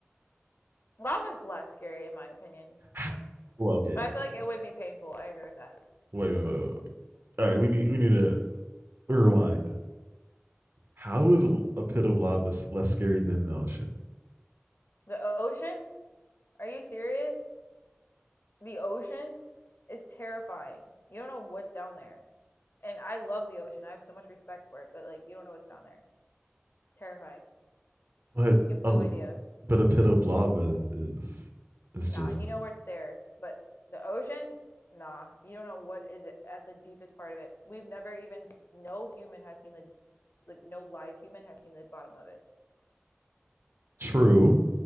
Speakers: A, on the left (about 55°); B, on the right (about 55°).
A: Lava's less scary, in my opinion.
B: <laughs> Well, okay,
A: But
B: okay,
A: I feel
B: okay.
A: like it would be painful. I agree with that.
B: Wait, wait, wait, wait. All right, we need we need to rewind. How is a pit of lava less scary than the ocean?
A: The ocean? Are you serious? The ocean is terrifying. You don't know what's down there. And I love the ocean. I have so much respect for it, but, like, you don't know what's down there. Terrifying.
B: But
A: You have no
B: a
A: idea.
B: but a pit of lava is is
A: Nah,
B: just
A: you know where it's there, but the ocean, nah, you don't know what is at the deepest part of it. We've never even no human has seen the like no live human has seen the bottom of it.
B: true.